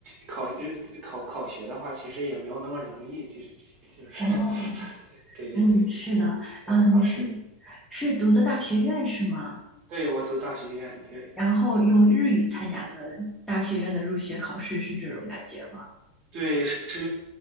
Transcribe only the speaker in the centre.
哦。
嗯，是的，
啊，你是是读的大学院是吗？
然后用日语参加的大学院的入学考试是这种感觉吗？